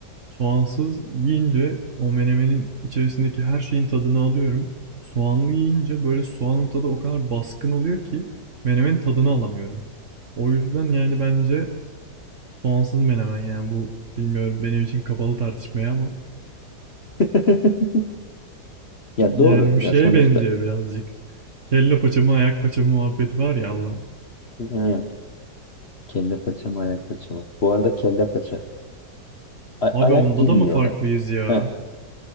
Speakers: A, on the right; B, on the left.
A: soğansız yiyince o menemenin içerisindeki her şeyin tadını alıyorum. Soğanlı yiyince böyle soğanın tadı o kadar baskın oluyor ki menemenin tadını alamıyorum. O yüzden yani bence soğansız menemen yani bu bilmiyorum benim için kapalı tartışmaya ama
B: <laughs> Ya
A: yani
B: doğru
A: bu
B: ya
A: şeye
B: sonuçta.
A: benziyor birazcık. Kelle paça mı ayak paça mı muhabbeti var ya Allah.
B: He. Kelle paça mı ayak paça mı? Bu arada kelle paça. A-
A: Abi
B: ayak
A: onda
B: girmiyor
A: da mı farklıyız
B: ona.
A: ya?
B: Heh,